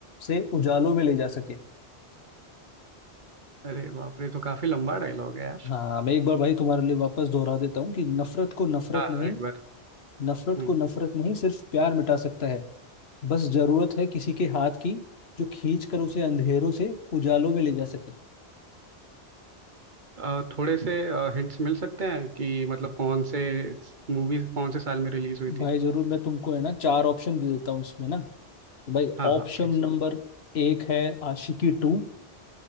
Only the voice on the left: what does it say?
से उजालों में ले जा सके
हाँ मैं एक बार भाई तुम्हारे लिए वापस दोहरा देता हूँ कि नफरत को नफरत
नहीं
नफरत
को नफरत नहीं सिर्फ प्यार मिटा सकता है बस जरूरत है किसी के हाथ की जो खींच कर उसे अंधेरों से उजालों में ले जा सके
भाई
जरूर मैं तुमको है ना चार ऑप्शन दे देता हूँ इसमें ना तो भाई
ऑप्शन
नंबर एक है Aashiqui two